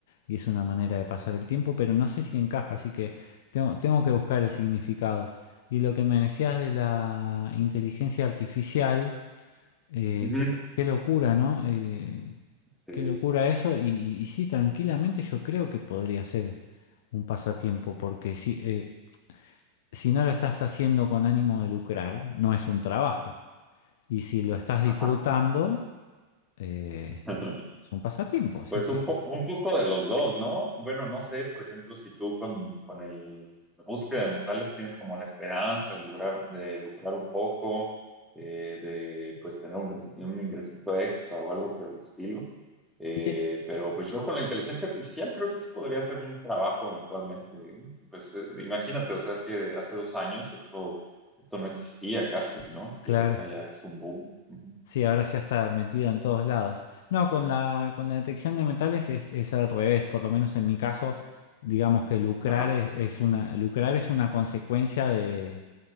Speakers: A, on the left; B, in the centre.
A: y es una manera de pasar el tiempo, pero no sé si encaja, así que tengo, tengo que buscar el significado. Y lo que me decías de la inteligencia artificial, eh,
B: Ujú.
A: qué, qué locura, ¿no? Eh,
B: Sí.
A: qué locura eso y, y- y sí, tranquilamente yo creo que podría ser un pasatiempo porque sí. eh, si no lo estás haciendo con ánimo de lucrar, no es un trabajo. Y si lo estás
B: Ajá.
A: disfrutando, eh,
B: <laughs>
A: es un pasatiempo. Así
B: Pues
A: que,
B: un poco, un poco de los dos, ¿no? Bueno, no sé, por ejemplo, si tú con, con el la búsqueda de metales tienes como la esperanza de lograr, de lucrar un poco, eh, de pues tener un, ingres- un ingresito extra o algo por el estilo. Eh,
A: y-
B: pero pues yo con la inteligencia artificial creo que sí podría hacer un trabajo eventualmente, ¿eh? Pues eh, imagínate, o sea, hace, hace dos años esto, esto no existía casi, ¿no?
A: claro,
B: Y ahorita ya es un boom. Ujú.
A: sí, ahora ya está metido en todos lados. No, con la, con la detección de metales es, es al revés, por lo menos en mi caso, digamos que lucrar
B: Ajá.
A: es, es una, lucrar es una consecuencia de,